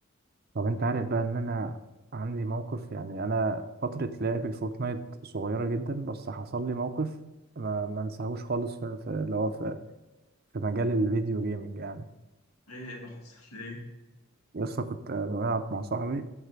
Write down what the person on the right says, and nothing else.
طب انت عارف بقى ان انا عندي موقف يعني انا فترة لعب الفورتنايت صغيرة جدا بس حصل لي موقف ما ما انساهوش خالص في في- اللي هو في, في مجال الفيديو جيمنج يعني
لسه كنت آه، بلعب مع صاحبي